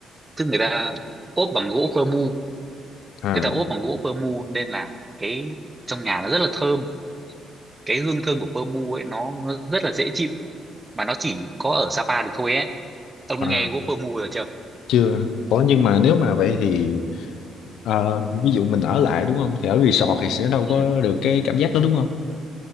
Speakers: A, on the right; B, on the left.
A: tức người ta ốp bằng gỗ pơ mu
B: à,
A: người ta ốp bằng gỗ pơ mu nên là cái trong nhà nó rất là thơm cái hương thơm của pơ mu ấy nó, nó rất là dễ chịu mà nó chỉ có ở Sapa được thôi ấy ông
B: à,
A: đã nghe Whopper Move rồi chưa
B: chưa ủa nhưng mà nếu mà vậy thì Ờ, ví dụ mình ở lại đúng không thì ở resort thì sẽ đâu
A: ừ.
B: có được cái cảm giác đó đúng không